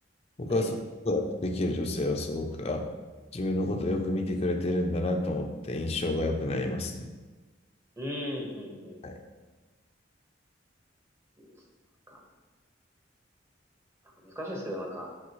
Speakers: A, on the left (about 35°); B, on the right (about 15°).
A: 僕はそういうことができる女性はすごく、
B: ん、ええ、
A: あ、自分のことをよく見てくれてるんだなと思って印象が良くなりますね。
B: うん、うん、うん、
A: はい。
B: うん。うんいいですね。なんか、なんか難しいですけど、なんか、